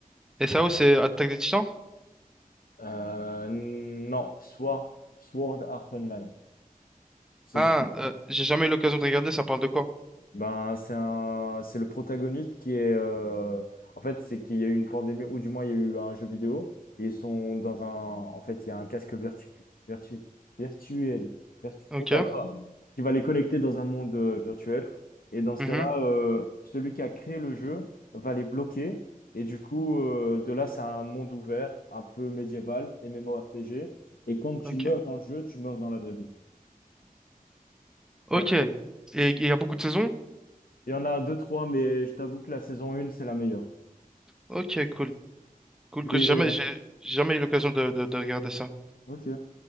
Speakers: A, in the centre; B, on the left.
A: Et ça, où c'est Attaque des Titans?
B: Euh, non, Sword, Sword Art Online. Saison.
A: Ah, euh, j'ai jamais eu l'occasion de regarder, ça parle de quoi?
B: Ben, c'est un, c'est le protagoniste qui est, euh, en fait, c'est qu'il y a eu une pandémie, ou du moins, il y a eu un jeu vidéo, et ils sont dans un, en fait, il y a un casque verticu, vertu, virtuel, vertu,
A: Ok.
B: oh là là, qui va les connecter dans un monde euh, virtuel. Et dans ce
A: mhm,
B: cas-là, euh, celui qui a créé le jeu va les bloquer, et du coup, euh, de là, c'est un monde ouvert, un peu médiéval, et MMORPG, et quand tu
A: Ok.
B: meurs dans le jeu, tu meurs dans la vraie vie.
A: Ok.
B: Voilà.
A: Et et il y a beaucoup de saisons?
B: Il y en a deux, trois, mais je t'avoue que la saison 1, c'est la meilleure.
A: Ok, cool. Cool que
B: Et,
A: jamais, j'ai j'ai jamais eu l'occasion de, de, de regarder ça.
B: ok.